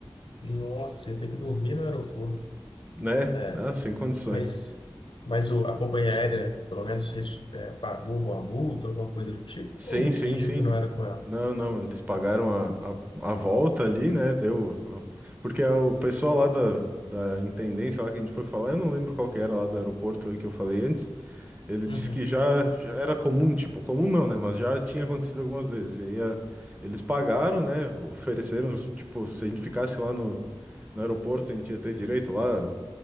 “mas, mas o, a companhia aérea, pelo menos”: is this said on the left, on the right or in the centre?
Left